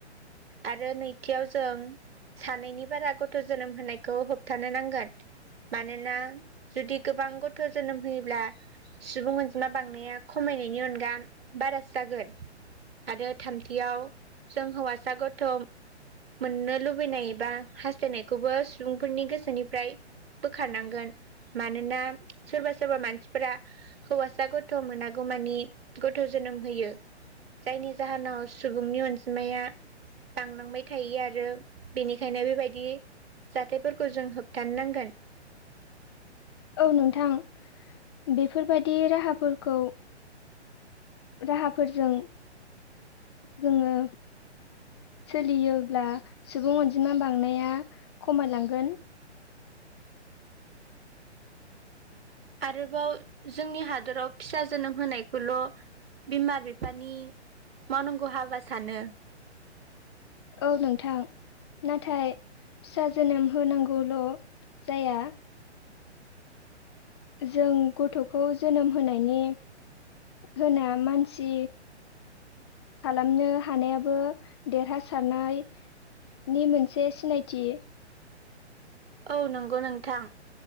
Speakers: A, on the right; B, on the left.
A: आरो नैथियाव जों सानैनि बारा गथ' जोनोम होनायखौ होबथानो नांगोन। मानोना जुदि गोबां ग थ' जोनोम होयोब्ला सुबुं अनजिमा बांनाया खमायनायनि अनगा बारा जागोन आरो थामथियाव जों हौवासा गथ' मोननो लुबैनाय एबा हास्थायनायखौबो सुबुंफोरनि गोसोनिफ्राय बोखारनांगोन मानोना सोरबा सोरबा मानसिफोरा हौवासा गथ' मोनागौमानि गथ' जोनोम होयो जायनि जाहोनाव सुबुंनि अनजिमाया बांलांबाय थायो आरो बेनिखायनो बेबायदि जाथायफोरखौ जों होबथानो नांगोन।
B: औ नोंथां बेफोरबायदि राहाफोरखौ राहाफोरजों जोङो सोलियोब्ला सुबुं अनजिमा बांनाया खमायलांगोन
A: आरोबाव जोंनि हादराव फिसा जोनोम होनायखौल' बिमा बिफानि मावनांगौ हाबा सानो
B: औ नोंथां नाथाय फिसा जोनोम होनांगौल' जाया जों गथ'खौ जोनोम होनायनि होना मानसि खालामनो हानायाबो देरहासारनायनि मोनसे सिनायथि
A: औ नंगौ नोंथां